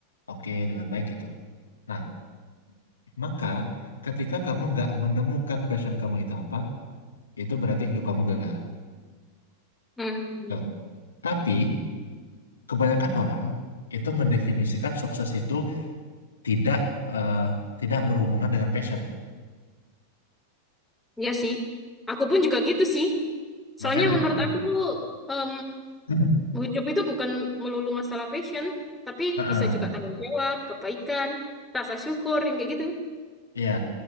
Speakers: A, on the left (about 70°); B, in the centre.
A: oke, dengan baik gitu. Nah, maka ketika kamu nggak menemukan passion kamu itu apa, itu berarti hidup kamu gagal.
B: Hmm,
A: Tuh. Tapi kebanyakan orang itu mendefinisikan sukses itu tidak eh, tidak berhubungan dengan passion.
B: iya sih. Aku pun juga gitu sih. Soalnya
A: Makanya
B: menurut
A: kan,
B: aku em,
A: <laughs>
B: hidup itu bukan melulu masalah passion, tapi
A: Heeh.
B: bisa juga tanggung jawab, kebaikan, rasa syukur yang kayak gitu.
A: ya